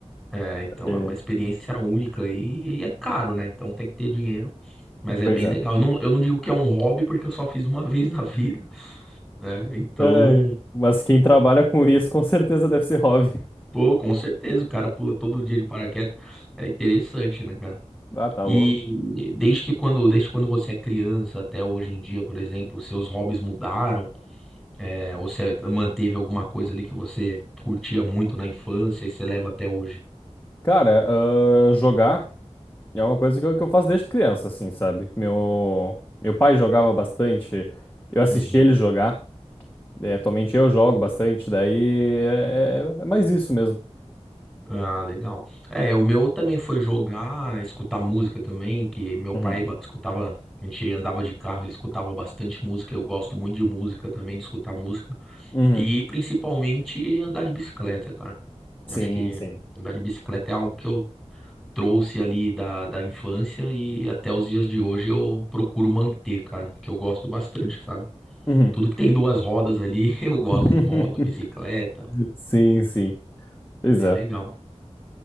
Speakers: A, in the centre; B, on the left (about 20°).
A: É, então,
B: porque-
A: é uma experiência única e, e é caro, né? Então tem que ter dinheiro, mas é
B: pois
A: bem
B: é.
A: legal. Eu não, eu não digo que é um hobby porque eu só fiz uma <laughs> vez na vida, né? Então,
B: É, Mas quem trabalha com isso com certeza deve ser hobby.
A: pô, com certeza, o cara pula todo dia de paraquedas. É interessante, né, cara?
B: Ah, tá
A: E
B: louco.
A: desde que quando, desde quando você é criança até hoje em dia, por exemplo, seus hobbies mudaram, é, ou você manteve alguma coisa ali que você curtia muito na infância e você leva até hoje?
B: Cara, ah, jogar. É uma coisa que eu, que eu faço desde criança, assim, sabe? Meu, meu pai jogava bastante, eu assisti
A: Uhum.
B: ele jogar, é, atualmente eu jogo bastante, daí é, é- é mais isso mesmo.
A: Ah, legal. É, o meu também foi jogar, escutar música também, que meu
B: Uhum.
A: pai ba- escutava, a gente andava de carro, ele escutava bastante música, eu gosto muito de música também, de escutar música.
B: Uhum.
A: E principalmente andar de bicicleta, cara. Eu
B: Sim,
A: Acho que
B: sim.
A: andar de bicicleta é algo que eu trouxe ali da, da infância e até os dias de hoje eu procuro manter, cara, que eu gosto bastante, sabe?
B: Uhum.
A: Tudo que tem duas rodas ali, <laughs> eu gosto,
B: <laughs>
A: moto, bicicleta,
B: Sim, sim. Pois
A: bem
B: é.
A: legal.